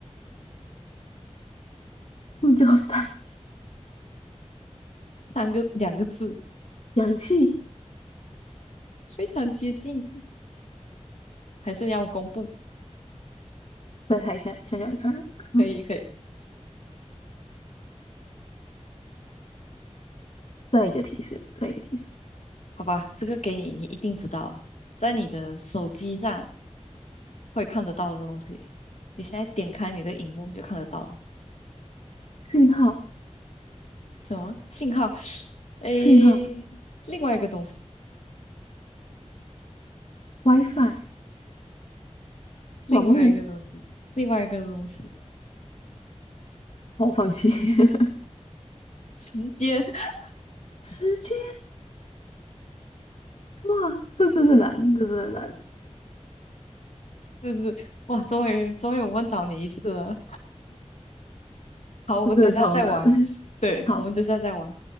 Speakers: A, on the left; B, on the left.
A: 塑胶袋、
B: 三个两个字，
A: 氧气，
B: 非常接近。还是你要我公布？
A: 在抬下想下下，嗯，
B: 可以，可以，
A: 再一个提示，再一个提示，
B: 好吧，这个给你，你一定知道啊在你的手机上会看得到的东西，你现在点开你的荧幕就看得到了。
A: 讯号，
B: 什么信号？<sucks teeth> 诶，
A: 讯号
B: 另外一个东西，
A: ，WiFi。
B: 另外一个东西，
A: 网路，
B: 另外一个东西，
A: 好，我放弃。<laughs>
B: 时间，<laughs>
A: 时间，哇，这真的难，这真的难，
B: 是是，哇，终于终于我问到你一次了。好，我们等一下再玩，
A: 这真的超难。<laughs>
B: 对，
A: 好。
B: 我们等一下再玩。